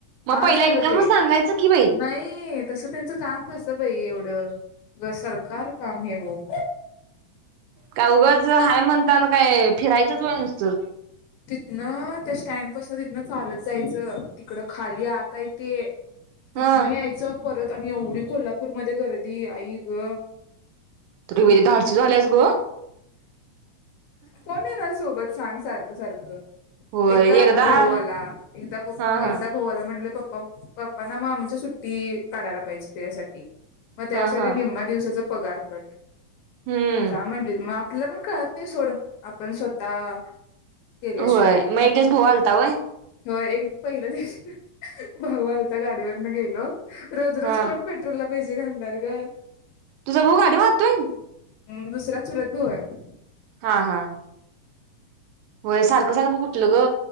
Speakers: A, on the right (about 80°); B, on the left (about 75°).
A: मग
B: आज
A: पहिला
B: झालं
A: एकदमच
B: ते
A: सांगायचं की बाई
B: नाही तसं त्यांचं काम कसं बाई एवढं सरकार काम हे ओ
A: काय उगच हाय म्हणताना काय फिरायचंच होय नुसतं?
B: न त्या स्टँड पासून तिथनं चालत जायचं तिकडं खाली आता आहे ते तिथनं
A: हा
B: यायचं परत आणि एवढी कोल्हापूरमध्ये गर्दी आई ग
A: तर वेळी धाडसी झाल्यास ग
B: कोण ये ना सोबत सांग सारखं सारखं
A: होय
B: एकदा आला
A: हा
B: भाऊ आला एकदा
A: हा
B: एकदा भाऊला म्हणटलं पप्पा प पप्पा ना मग आमच्या सुट्टी काढायला पाहिजे त्याच्यासाठी मग त्यासाठी
A: हा हा
B: निम्मा दिवसाचा पगार कट
A: हम्म
B: जा म्हणली मग आपल्या पण कळतं नाही सोड आपण स्वतः केल्याशिवाय
A: होय मग एक दिवस भाऊ आलता होय?
B: हो एक पहिल्या दिवशी भाऊ आलता गाडीवरन गेलो. रोज
A: हा
B: रोज कोण पेट्रोलला पैसेे घालणार ग
A: तुझा भाऊ गाडी मारतोय
B: हम्म दुसरा चूलत भाऊ आहे
A: हा हा होय सारखं सारखं कुठलं ग